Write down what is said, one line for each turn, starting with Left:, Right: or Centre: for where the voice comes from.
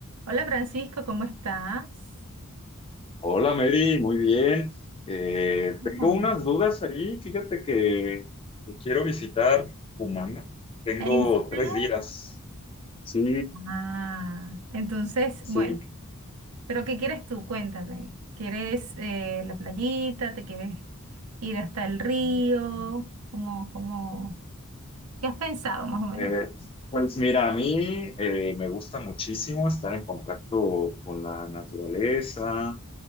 Right: Hola Francisco, ¿cómo estás?
Left: Hola Mary, muy bien. Eh,
Right: No,
Left: tengo unas dudas ahí. Fíjate que, que quiero visitar Humana. Tengo
Right: ¿En serio?
Left: tres días. Sí,
Right: Ah, entonces,
Left: sí.
Right: bueno, pero ¿qué quieres tú? Cuéntame. ¿Quieres eh, la playita? ¿Te quieres ir hasta el río? ¿Cómo, cómo? ¿Qué has pensado más o menos?
Left: Eh, pues mira, a mí eh, me gusta muchísimo estar en contacto con la naturaleza,